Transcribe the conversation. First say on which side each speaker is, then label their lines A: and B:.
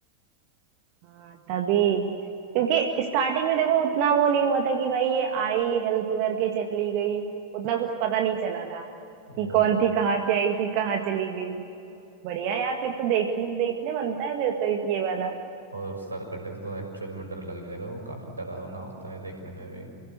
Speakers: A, on the right; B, on the right.
A: हाँ तभी क्योंकि स्टार्टिंग में देखो उतना वो नहीं हुआ था कि भाई ये आई हेल्प करके चली गई उतना कुछ पता नहीं चला था
B: वो
A: कि कौन
B: है
A: थी कहाँ से आई थी कहाँ चली गई बढ़िया यार फिर तो देखने देखने बनता है फिर तो इस- ये वाला
B: और सर कटे तो एक्चुअल में डर लग जाएगा वो काफी डरावना होता है देखने में भी